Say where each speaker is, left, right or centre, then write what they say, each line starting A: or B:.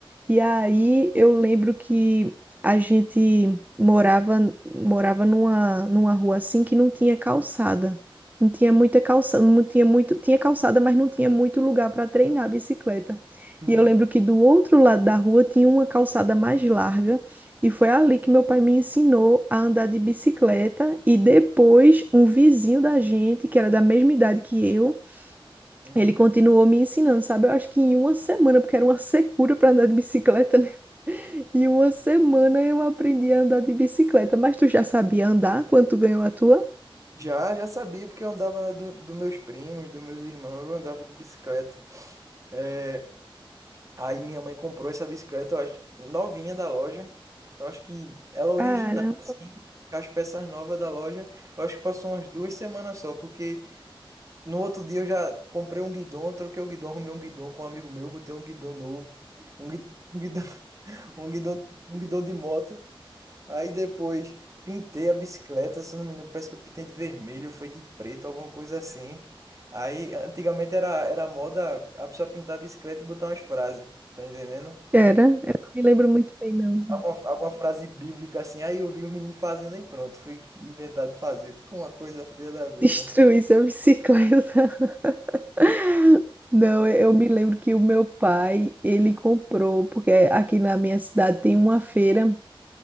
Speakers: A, on the right (about 20°); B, on the right (about 35°).
A: E aí eu lembro que a gente morava morava numa, numa rua assim que não tinha calçada. Não tinha muita calçada, não tinha muito, tinha calçada, mas não tinha muito lugar para treinar a bicicleta.
B: Uhum,
A: E eu lembro que do outro lado da rua tinha uma calçada mais larga e foi ali que meu pai me ensinou a andar de bicicleta. E depois, um vizinho da gente, que era da mesma idade que eu,
B: uhum.
A: ele continuou me ensinando, sabe? Eu acho que em uma semana, porque era uma secura para andar de bicicleta, né? <laughs> Em uma semana eu aprendi a andar de bicicleta. Mas tu já sabia andar quando tu ganhou a tua?
B: Já, já sabia, porque eu andava na do, dos meus primos, dos meus irmãos, eu andava de bicicleta. É, Aí minha mãe comprou essa bicicleta, eu acho, novinha da loja. Eu acho que ela é original,
A: Cara,
B: as peças novas da loja. Eu acho que passou umas duas semanas só, porque no outro dia eu já comprei um guidão, troquei o guidão, arrumei um guidão com um amigo meu, botei um guidão novo, um guidão, um guidão, <laughs> um guidão, um guidão de moto. Aí depois pintei a bicicleta, se eu não me lembro, parece que eu pintei de vermelho, foi de preto, alguma coisa assim. Aí antigamente era, era moda a pessoa pintar a bicicleta e botar umas frases, tá entendendo?
A: Era. Eu não me lembro muito bem, não.
B: alguma, alguma frase bíblica assim, aí eu vi os meninos fazendo aí pronto, fui inventado fazer. Ficou uma coisa feia da gota.
A: Destruís a bicicleta. <laughs> Não, eu me lembro que o meu pai, ele comprou, porque aqui na minha cidade tem uma feira